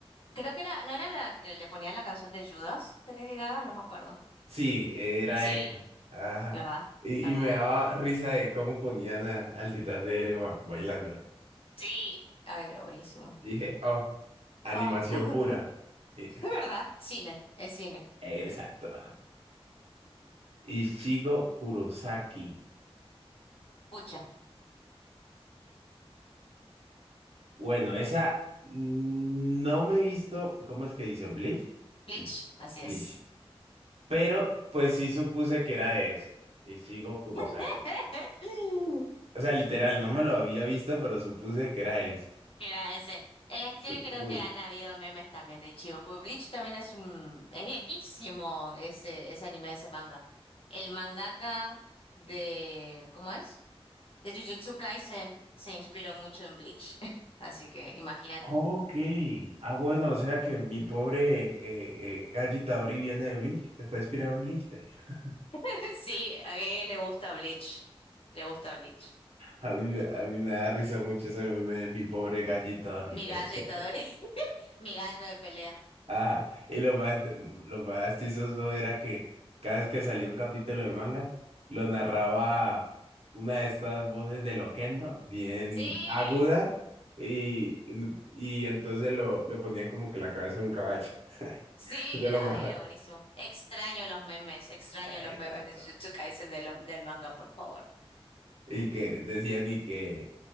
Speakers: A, on the left; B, on the right.
A: creo que era, no era la que le ponían la canción de Judas de Lady Gaga, no me acuerdo.
B: Sí, era
A: Sí,
B: esa. Ajá.
A: ¿verdad?
B: Y,
A: ¿Verdad?
B: y me daba risa de cómo ponían a- al titán de Erebor bailando.
A: Sí. Ay, era buenísimo.
B: Dije, oh, animación
A: Oh,
B: pura.
A: <laughs>
B: Y-
A: ¿verdad? Cine, es cine.
B: exacto. <laughs> Ichigo Kurosaki.
A: Pucha,
B: Bueno, esa mm, no me he visto, ¿cómo es que dice? ¿Bleach?
A: Bleach,
B: Bl-
A: así
B: Bleach.
A: es.
B: Pero pues sí supuse que era de ese, Ichigo Kurosaki.
A: <laughs>
B: O sea, literal, no me lo había visto, pero supuse que era ese.
A: Que Era ese. Es que
B: Supuse.
A: creo que han habido memes también de Ichigo. Pues Bleach también es un, es viejísimo ese, ese anime, ese manga. El mangaka de, ¿cómo es? De Jujutsu Kaisen se inspiró mucho en Bleach, <laughs> así que imagínate.
B: Ok. Ah, bueno, o sea que mi pobre eh, eh, Gallo Itadori viene de Bleach. Está inspirado en Bleach. <laughs>
A: <laughs> Sí, a Gege le gusta Bleach. Le gusta Bleach.
B: A mí, me- a mí me da risa mucho ese meme de mi pobre Gallo Itadori.
A: Mi
B: eh.
A: gallo Itadori, <laughs> mi gallo de pelea.
B: <laughs> Ajá. Y lo más, lo más chistoso era que cada vez que salía un capítulo de manga, lo narraba una de estas voces de Loquendo, bien
A: Sí,
B: aguda, y, y entonces lo, le ponían como que la cabeza de un caballo. <laughs>
A: sí,
B: De
A: era,
B: lo más.
A: ay, era
B: <laughs>
A: buenísimo. Extraño los memes, extraño
B: Exacto.
A: los memes de Jujutsu Kaisen de lo- del manga, por favor. <laughs>
B: Y que decían y que.